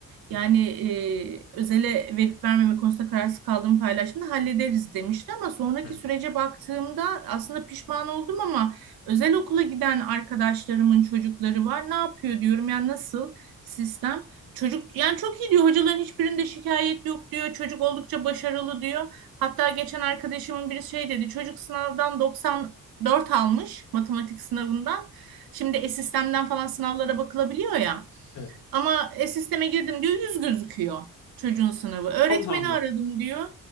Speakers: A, on the right; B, on the left.
A: yani
B: Hı
A: e, özele verip vermeme konusunda kararsız kaldığımı paylaştığımda hallederiz demişti ama sonraki
B: hı. Hı
A: sürece baktığımda aslında pişman oldum ama özel okula giden arkadaşlarımın çocukları var. Ne yapıyor diyorum yani nasıl sistem? Çocuk yani çok iyi diyor. Hocaların hiçbirinde şikayet yok diyor. Çocuk oldukça başarılı diyor. Hatta geçen arkadaşımın biri şey dedi. Çocuk sınavdan 94 almış matematik sınavından. Şimdi e-sistemden falan sınavlara bakılabiliyor ya.
B: Evet.
A: Ama e, sisteme girdim diyor 100 gözüküyor çocuğun sınavı. Öğretmeni
B: Allah Allah.
A: aradım diyor.